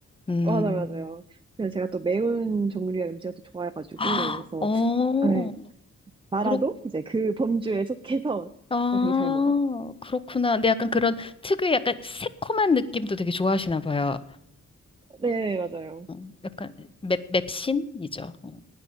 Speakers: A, on the left; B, on the right.
A: 음.
B: 맞아요, 맞아요. 그래서 제가 또 매운 종류의 음식을 또 좋아해가지고,
A: <gasps> 아,
B: 그래서,
A: 어,
B: 네, 마라도
A: 그렇,
B: 이제 그 범주에 속해서
A: 아,
B: 어, 되게 잘 먹어요.
A: 그렇구나. 근데 약간 그런 특유의 약간 새콤한 느낌도 되게 좋아하시나 봐요.
B: 네, 맞아요.
A: 어, 약간 맵, 맵신이죠. 어.